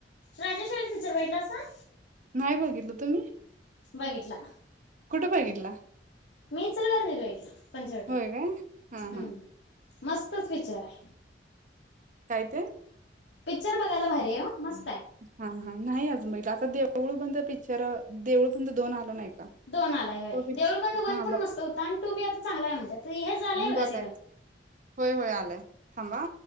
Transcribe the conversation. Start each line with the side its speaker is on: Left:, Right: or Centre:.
Left: राजेशवाणी पिचर बघीटलासा?
Right: नाही बघितलं तुम्ही
Left: बघिटला
Right: कुठ बघितला?
Left: मी इचलकरंजीत बघितला पंचवटीला
Right: होय काय हा
Left: हुं
Right: हा
Left: मस्तच पिचर हाय.
Right: काय ते?
Left: पिचर बघायला भर हाय ओ मस्त हाय
Right: हा नाही आजून बघितला आता देळ बंद पिचर देऊळ बंद दोन आलं नाही का
Left: दोन आलाय होय
Right: तो पिक्चर
Left: देऊळ बंद वन
Right: हा
Left: पण
Right: बघ
Left: मस्त होता आणि टू बी आता चांगला आहे म्हणत्यात हे झालंय बघा
Right: बघाय
Left: सिगन
Right: होय होय आलाय थांबा